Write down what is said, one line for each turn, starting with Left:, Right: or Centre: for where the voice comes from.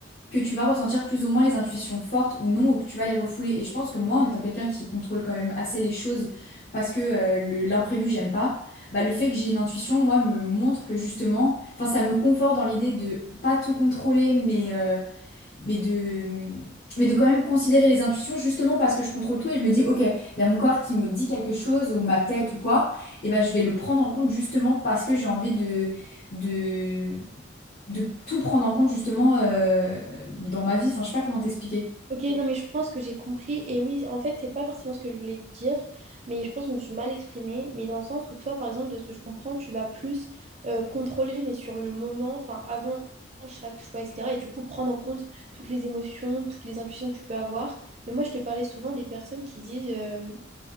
Left: que tu vas ressentir plus ou moins les intuitions fortes ou non, ou que tu vas les refouler. Et je pense que moi, en étant quelqu'un qui contrôle quand même assez les choses, parce que euh, le- l'imprévu, j'aime pas, bah, le fait que j'ai une intuition, moi, me montre que justement, enfin, ça me conforte dans l'idée de pas tout contrôler, mais euh, mais de, mais de quand même considérer les intuitions justement parce que je contrôle tout et je me dis, ok, il y a mon corps qui me dit quelque chose ou ma tête ou quoi, et ben je vais le prendre en compte justement parce que j'ai envie de, de, de tout prendre en compte justement euh, dans ma vie. Enfin, je sais pas comment t'expliquer.
Right: Ok, non, mais je pense que j'ai compris. Et oui, en fait, c'est pas forcément ce que je voulais dire, mais je pense que je me suis mal exprimée. Mais dans le sens où toi, par exemple, de ce que je comprends, tu vas plus euh, contrôler, mais sur le moment, enfin, avant chaque choix, etc. Et du coup, prendre en compte toutes les émotions, toutes les intuitions que tu peux avoir. Mais moi, je te parlais souvent des personnes qui disent euh,